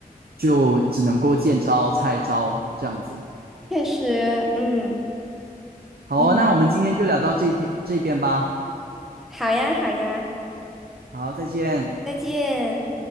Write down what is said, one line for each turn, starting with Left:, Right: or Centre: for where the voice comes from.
Right: 就只能够见招拆招这样子。
Centre: 确实，嗯，
Right: 好哦那我们今天就聊到这一天这边吧。
Centre: 你好呀，好呀，
Right: 好，再见。
Centre: 再见。